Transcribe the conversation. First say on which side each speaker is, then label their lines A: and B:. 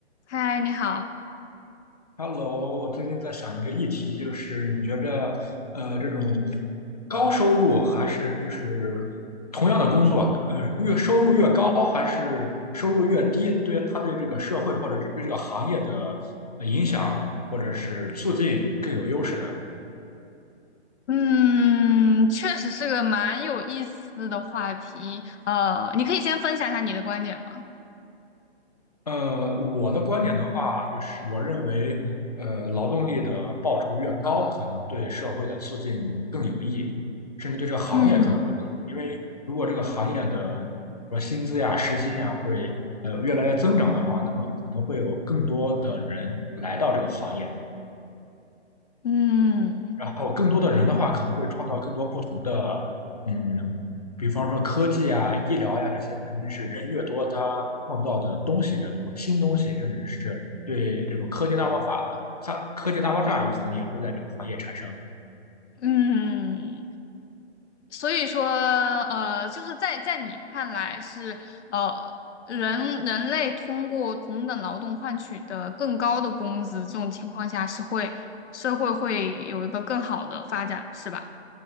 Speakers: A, on the left (about 75°); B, on the left (about 35°).
A: 嗨，你好。
B: Hello，我最近在想一个议题，就是你觉着，呃，这种高收入还是就是同样的工作，呃，越收入越高还是收入越低，对他对这个社会或者是对这个行业的呃影响，或者是促进更有优势呢？
A: 嗯，确实是个蛮有意思的话题。呃，你可以先分享一下你的观点吗？
B: 呃，我的观点的话，就是我认为，呃，劳动力的报酬越高，可能对社会的促进更有益，甚至对这个行业可能会更有益。
A: 嗯
B: 因为如果这个行业的说薪资呀、时薪呀会呃越来越增长的话，那么可能会有更多的人来到这个行业，
A: 嗯
B: 然后更多的人的话，可能会创造更多不同的，嗯，比方说科技啊、医疗呀、这些，肯定是人越多，它创造的东西越多，新东西，甚至是对这种科技大爆发、科科技大爆炸，有可能也会在这个行业产生。
A: 嗯，所以说，呃，就是在在你看来是呃，人人类通过同等劳动换取的更高的工资，这种情况下是会社会会有一个更好的发展，是吧？